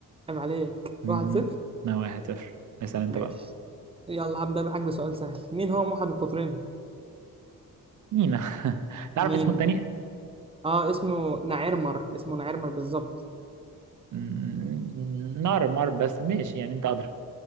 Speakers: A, on the right; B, on the right.
A: عيب عليك
B: مهم.
A: واحد صفر
B: انا واحد صفر اسأل انت
A: ماشي
B: بقى
A: يلا هبدا معاك بسؤال سهل مين هو موحد القطرين
B: مينا <laughs> تعرف
A: مين
B: اسمه التاني
A: اه اسمه نعيرمر اسمه نعيرمر بالظبط
B: م- نار مار بس ماشي يعني انت ادرى